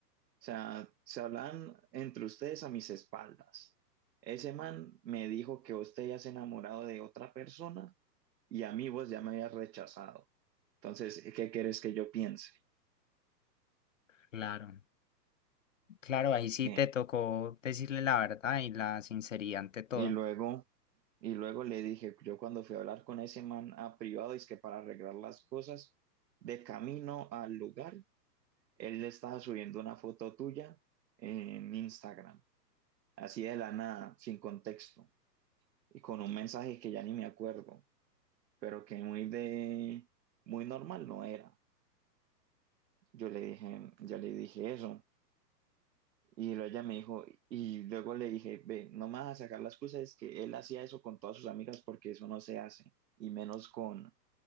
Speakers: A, on the right; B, on the left.
A: sea, se hablan entre ustedes a mis espaldas? Ese man me dijo que vos te hayas enamorado de otra persona y a mí vos ya me habías rechazado. Entonces, ¿qué quieres que yo piense?
B: claro, claro, ahí sí
A: ¿Qué?
B: te tocó decirle la verdad y la sinceridad ante todo.
A: Y luego, y luego le dije, yo cuando fui a hablar con ese man a privado, es que para arreglar las cosas, de camino al lugar, él le estaba subiendo una foto tuya en Instagram. así de la nada, sin contexto, y con un mensaje que ya ni me acuerdo, pero que muy de, muy normal no era. Yo le dije, yo le dije eso, y luego ella me dijo, y luego le dije, ve, no me vas a sacar la excusa, es que él hacía eso con todas sus amigas porque eso no se hace, y menos con,